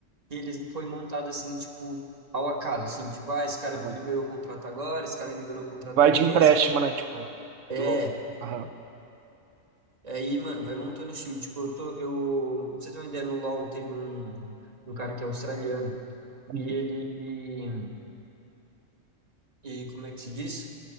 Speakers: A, on the right (about 30°); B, on the right (about 70°).
A: que eles foi montado assim, tipo, ao acaso, assim, tipo, ah, esse cara liberou
B: Aham.
A: o contrato agora, esse cara liberou o contrato
B: Vai
A: ali,
B: de empréstimo,
A: aí você-
B: né? Tipo,
A: É.
B: louco. Aham.
A: Aí, mano, vai montando o time. Tipo, eu tô, eu, pra você ter uma ideia, no LoL teve um, um cara que é australiano
B: Uhum,
A: e ele, e e como é que se diz?